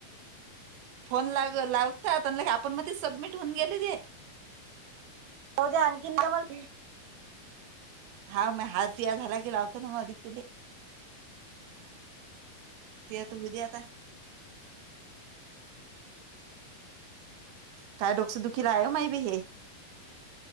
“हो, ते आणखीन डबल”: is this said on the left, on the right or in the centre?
Right